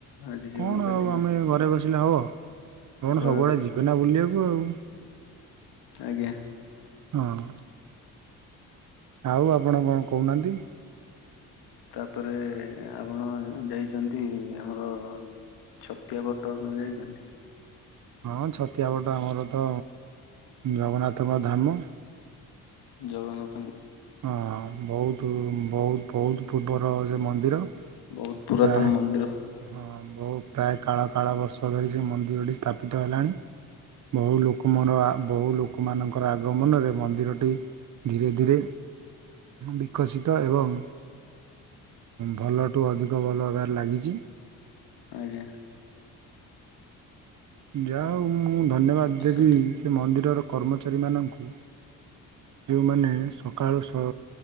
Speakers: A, on the left; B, on the right.
A: ଆଜି ଜୀବନ
B: କଣ
A: କାଲି
B: ଆଉ
A: କିନ୍ତୁ
B: ଆମେ ଘରେ ବସିଲେ ହବ?
A: ବସ୍
B: କଣ ସବୁଆଡ଼େ ଯିବେନା ବୁଲିବାକୁ ଆଉ।
A: ଆଜ୍ଞା।
B: ହଁ। ଆଉ ଆପଣ କଣ କହୁନାହାନ୍ତି।
A: ତାପରେ ଆପଣ ଯାଇଚନ୍ତି ଆମର ଛତିଆ ବଟ ଆପଣ ଯାଇଚନ୍ତି।
B: ହଁ ଛତିଆବଟ ଆମର ତ ଜଗନ୍ନାଥଙ୍କ ଧାମ।
A: ଜଗନ୍ନାଥ
B: ଅହଁ ବହୁତ ବହୁତ ବହୁତ ପୂର୍ବର ସେ ମନ୍ଦିର।
A: ବହୁତ ପୁରାତନ
B: ପ୍ରାୟ
A: ମନ୍ଦିର
B: ହଁ ବହୁତ ପ୍ରାୟ କାଳ କାଳ ବର୍ଷ ଧରି ସେ ମନ୍ଦିରଟି ସ୍ଥାପିତ ହେଲାଣି। ବହୁ ଲୋକ ମ ର ବହୁ ଲୋକମାନଙ୍କର ଆଗମନରେ ମନ୍ଦିରଟି ଧୀରେ ଧୀରେ ବିକଶିତ ଏବଂ ଭଲଠୁ ଅଧିକ ଭଲ ହେବାରେ ଲାଗିଚି।
A: ଆଜ୍ଞା।
B: ଯା ହଉ ମୁଁ ଧନ୍ୟବାଦ ଦେବି
A: ସେଠି
B: ସେ ମନ୍ଦିରର କର୍ମଚାରୀମାନଙ୍କୁ ଯୋଉମାନେ ସକାଳୁ